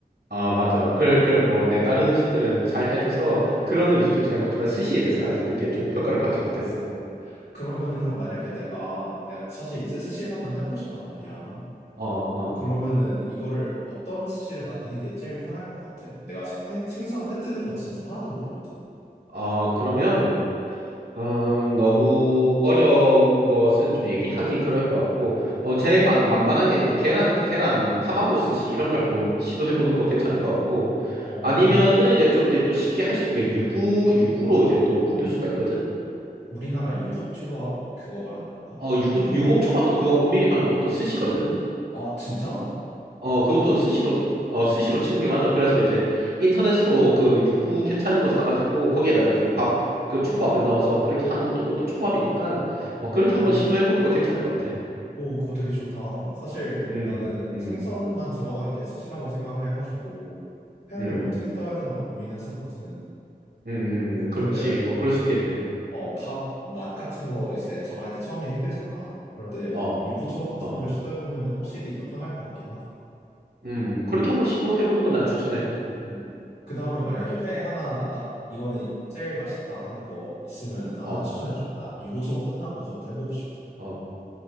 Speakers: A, on the right; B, on the left.
A: 아, 맞죠. 그래,
B: 어,
A: 그래, 뭐, 내 다른 음식들은 잘 해줘서 그런 음식도 잘 먹지만 스시에 대해서 아직 그렇게 좋은 평가를 받지 못했어.
B: 어. 그러면은 형 만약에 내가 내가 사실 이제 스시를 한번 해보고 싶단 말이야.
A: 어, 어.
B: 그러면은 이거를 어떤 스시를 만드는 게 제일 편할 것 같아? 내가 생- 회- 생선 회 뜨는 거 진짜 하나도 모르거든.
A: 아, 그러면, 음, 너무 어려운 것은 좀 얘기하기 그럴 것 같고, 어,
B: 음,
A: 제일 마- 만만한 게 이렇게 계란, 계란, 타마고 스시 이런 걸 한번 시도해보는 거 괜찮을 것 같고,
B: 어,
A: 아니면은 이제 좀 이제 또 쉽게 할 수 있는 게 유부, 유부로 이제 또 만들 수가 있거든?
B: 우리나라 유부초밥 그거 말하는 건가?
A: 어, 유부, 유부초밥도 그거 엄밀히 말하면 그것도 스시거든?
B: 아, 진짜?
A: 어, 그것도 스시로, 어, 스시로 치는 게 맞아. 그래서 이제 인터넷으로 그 유부 괜찮은 거 사가지고 거기에다가 이제 밥, 그 초밥을 넣어서 그렇게 하는 것도 그것도 초밥이니까 어,
B: 음.
A: 그렇게 한번 시도해보는 거 괜찮을 것 같아.
B: 오, 그거 되게 좋다. 사실
A: 음,
B: 나는
A: 음,
B: 생선만 들어간 게 스시라고 생각을 해가지고 회를
A: 음,
B: 어떻게 떠야 되나 고민했었거든.
A: 음, 음, 그렇지.
B: 근데
A: 어, 그럴 수 있겠네.
B: 어, 밥 맛 같은 거 이제 정할 때 처음에 힘들잖아. 그럴 때
A: 어,
B: 유부초밥 같은
A: 어,
B: 걸로 시도해 보면은 확실히 더 편할 것 같긴 하다.
A: 음, 그렇게 한번 시도해보는 건 난 추천해.
B: 음. 그 다음에 만약에 회 하나 딱 이거는 제일 맛있다 하는 거 있으면은 나
A: 어,
B: 하나 추천해 줘. 나
A: 어,
B: 유부초밥 끝나고 그것도 해보고 싶어.
A: 어.